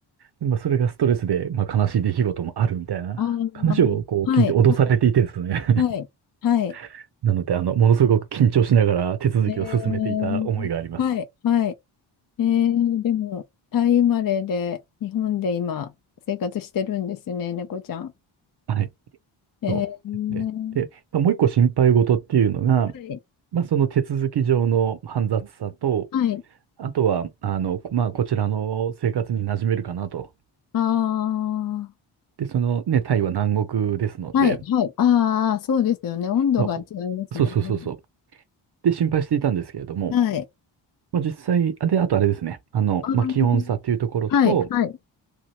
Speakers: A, on the right (about 55°); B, on the left (about 45°).
A: まあ、それがストレスで、まあ、悲しい出来事もあるみたいな話をこう聞いて脅されていてですね。
B: あー、はい、はい、はい。はい
A: <laughs> なので、あの、ものすごく緊張しながら手続きを進めていた思いがあります。
B: えー、はい、はい。えー、でも、タイ生まれで、日本で今、生活してるんですね、猫ちゃん。
A: はい。
B: えー、
A: そうですね。で、まあ、もう一個心配事っていうのが、
B: はい、
A: まあ、その手続き上の煩雑さと、
B: はい。
A: あとは、あの、まあ、こちらの生活に馴染めるかなと。
B: ああ。
A: で、そのね、タイは南国ですので、
B: はい、はい。ああ、そうですよね。温度が違いますもんね。
A: そう、そうそうそうそう。で、心配していたんですけれども、
B: はい。
A: まあ、実際、あで、あとあれですね、あの、
B: あー
A: まあ、気温差というところと、
B: はい、はい、